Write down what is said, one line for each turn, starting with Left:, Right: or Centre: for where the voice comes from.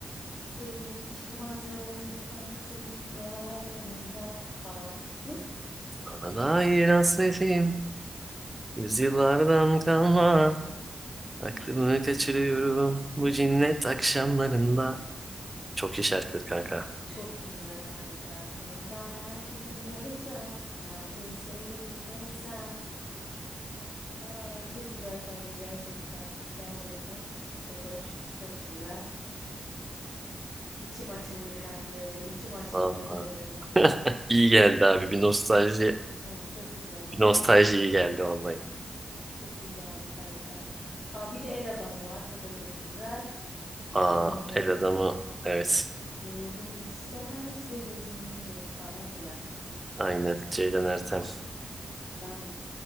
Left: Sevginin çıkmaz yollarında, senin dolaylarında falan. Hı?
Right: Ana dair hasretim. Yüzyıllardan kalma. Aklımı kaçırıyorum bu cinnet akşamlarında. Çok iyi şarkıdır kanka.
Left: Çok güzel kanka. Orada her kiminleysen, belki sevgilinleysen. Aa, çok güzel şarkı gerçekten. Gerçekten çok hoş, çok güzel. İçim açıldı kanki öyle bir içim açıldı
Right: Vallahi.
Left: yemin ederim.
Right: İyi geldi abi. Bir nostalji,
Left: Oğlum çok güzel geldi.
Right: bir nostalji iyi geldi vallahi.
Left: Çok iyi geldi kanka. Aa, bir de El Adamı var. O da çok güzel.
Right: Aa,
Left: Ee,
Right: el adamı. Evet.
Left: ruhum isterse gezinirim falan filan.
Right: Aynen. Ceylan Ertem.
Left: Lan